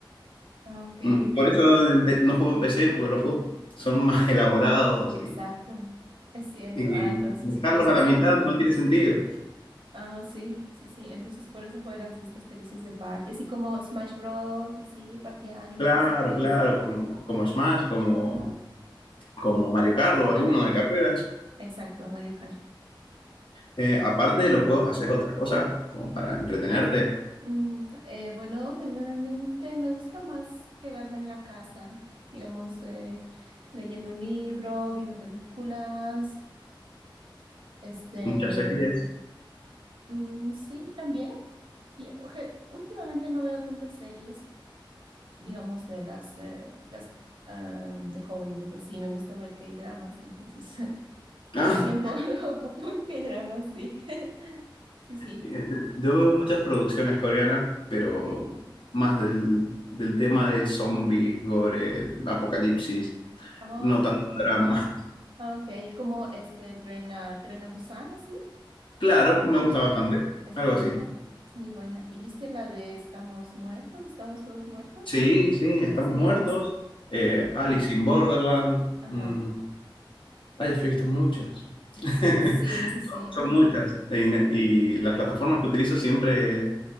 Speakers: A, on the right; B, on the left.
A: Ah, ok,
B: Mm,
A: ok.
B: Por eso empe- no juego en PC, porque los juegos son más <laughs> elaborados
A: Exacto,
B: y,
A: es cierto.
B: y
A: Ah, entonces,
B: dejarlos
A: por eso
B: a la
A: juegas.
B: mitad no tiene sentido.
A: Ah, sí, sí, sí. Entonces por eso juegas de estos que dices de partes y como Smash Bros, así, Party Animals,
B: Claro,
A: digo.
B: claro, como, como Smash, como,
A: Ajá.
B: como Mario Kart o
A: Ma-
B: alguno de carreras.
A: Exacto, Mario Kart.
B: Eh, aparte de los juegos, ¿haces otra cosa como para entretenerte?
A: Mm, eh, bueno, generalmente me gusta más quedarme en la casa, digamos, eh, leyendo un libro, viendo películas, este,
B: Muchas series.
A: mm, sí, también. Y oje, últimamente no veo tantas series, digamos, de las, eh, las ah, de Hollywood, así, me gusta ver K-dramas, entonces <laughs>
B: Ah,
A: Mi tiempo <laughs> lo ocupo en K-dramas, sí. <laughs> Sí, sí.
B: eh, yo veo muchas producciones coreanas, pero
A: Okay.
B: más del, del tema de zombies, gore, apocalipsis,
A: Oh,
B: no tanto
A: okay,
B: drama.
A: okay.
B: <laughs>
A: Ah, Okay, como este Tren a, Tren a Busan, así.
B: Claro, me
A: Ujú.
B: gusta bastante,
A: Es
B: algo
A: muy
B: así.
A: buena, es muy buena. ¿Y viste la de Estamos muertos, estamos todos muertos?
B: Sí, sí, estamos
A: Sí,
B: muertos.
A: ajá,
B: eh, Alice in Borderland.
A: ajá.
B: mm, Ay, es que he visto muchas. <laughs>
A: Sí, sí,
B: Son muchas. Y, y las plataformas que utilizo siempre